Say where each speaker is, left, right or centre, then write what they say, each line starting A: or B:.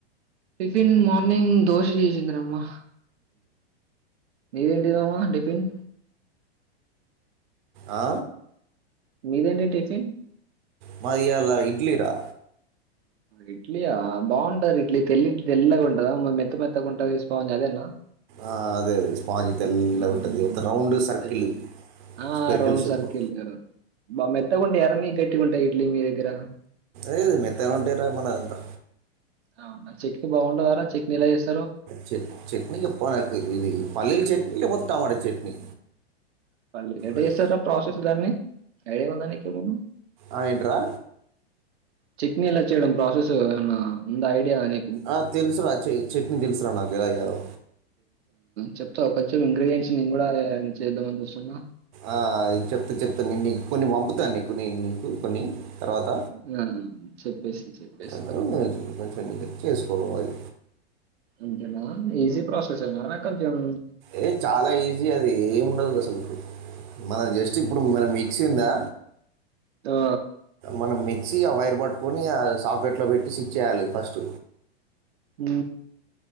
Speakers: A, on the right; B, on the right.
A: టిఫ్న్ మార్నింగ్ దోస చేసింద్రమ్మా నీది ఏంటిది మామ టిఫిను
B: ఆ
A: మీదేంటి టిఫిన్
B: మాది ఇయ్యాల ఇడ్లీరా
A: ఇడ్లీ ఆ బాగుంటది ఇడ్లీ తెల్ తెల్లగా ఉంటదా మెత్త మెత్తగా ఉంటంది స్పాంజ్ అదేనా.
B: ఆ అదే అదే స్పాంజి తెల్లగా
A: అవును.
B: ఉంటుంది అంత రౌండ్ సర్కిల్
A: తెల్ ఆ
B: స్పెర్కిల్
A: రౌండ్
B: షేప్
A: సర్కిల్
B: లో
A: బా మెత్తకుంటయా మీయి గట్టికుంటాయి ఇడ్లీ మీ దగ్గర
B: ఏ మెత్తగనే ఉంటే రా మనంతా
A: అవునా చేట్నీ బాగుండద రా చాట్నీ లా వేస్
B: చె చట్నీ చెప్పాలనుకో ఇది పల్లీల్ చట్నీ లేపోతే టమోట చట్నీ
A: పల్లీ ఎట్ట
B: అది
A: చేస్సార ప్రాసెస్ దాన్నీ ఐడియా ఉందా నీకు ఏమన్న
B: ఆ ఏంట్రా
A: చట్నీ ఎలా చేయడం ప్రాసెస్ ఏవన్న ఉందా ఐడియా అని
B: ఆ తెలుసురా చె చెట్నీ తెలుసురా నాకు ఎలా చేయాలో
A: చెప్తావ్ కొంచెం ఇంగ్ర్రిడియంట్స్ నేను కూడా చేద్దామని చూసున్నా
B: ఆ చెప్త చెప్తాను నేను నీకు కొన్ని పంపుతాను నీకు నేను నీకు కొన్ని తర్వాత
A: మ్మ్ చెప్పేసి చెప్పేసేయ్
B: <unintelligible> చెక్ చేసుకో వయ్
A: అంతేనా ఈజీ ప్రాసెసేనా రా కొంచం
B: ఏ చాలా ఈజీ అది ఏమండదు అసలుకు మనం జస్ట్ ఇప్పుడు మన మిక్సిందా
A: తా
B: మనం మిక్సీ ఆ వైర్ పట్టుకొని ఆ సాకెట్లో పెట్టి స్విచ్ వేయాలి ఫస్ట్
A: ఊ